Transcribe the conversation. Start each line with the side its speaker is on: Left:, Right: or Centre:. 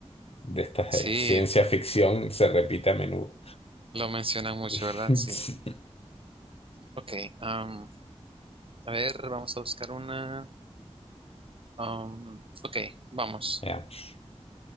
Left: de estas
Right: Sí,
Left: de ciencia ficción, se repite a menudo.
Right: Lo mencionan mucho,
Left: <laughs>
Right: ¿verdad? Sí.
Left: Sí.
Right: Ok. am, a ver, vamos a buscar una. am, ok, vamos.
Left: Veamos.